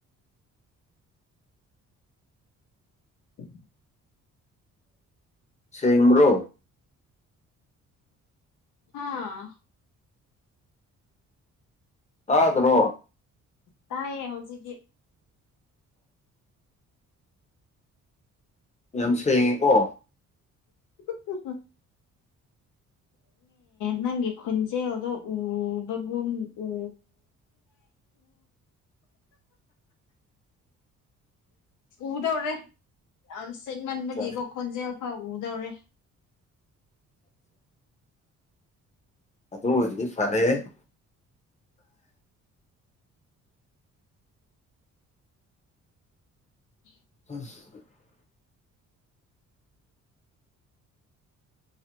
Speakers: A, on the left; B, on the left.
A: ꯎꯝ
B: ꯁꯦꯡ꯭ꯔꯣ
A: ꯑꯥ
B: ꯇꯗ꯭ꯔꯣ
A: ꯇꯥꯏꯌꯦ ꯍꯧꯖꯤꯛꯀꯤ
B: ꯌꯥꯝ ꯁꯦꯡꯉꯦꯀꯣ
A: <inaudible> ꯅꯪꯒꯤ ꯈꯟꯖꯦꯜꯗꯣ ꯎꯕꯒꯨꯝ ꯎ
B: <inaudible>
A: ꯎꯗꯧꯔ ꯆꯠꯃꯟꯕꯒꯤꯀꯣ
B: ꯑꯠꯆꯥ
A: ꯈꯣꯟꯖꯦꯜ ꯐꯥꯎ ꯎꯗꯧꯔꯦ
B: ꯑꯗꯨ ꯑꯣꯏꯗꯤ ꯐꯔꯦ <inaudible>
A: ꯎꯝ
B: <inaudible>